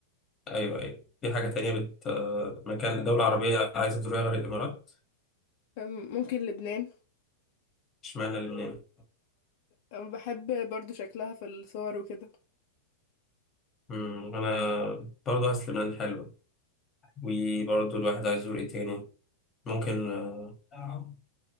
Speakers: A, on the left (about 25°); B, on the left (about 55°).
A: أيوه أيوه في حاجة تانية بت مكان دولة عربية عايزة تزورها غير الإمارات
B: أم، ممكن لبنان
A: اشمعنى لبنان؟
B: أم، بحب برضه شكلها في الصور وكده
A: مم، أنا برضه حاسس لبنان حلوة وبرضه الواحد عايز يزور إيه تاني ممكن آه،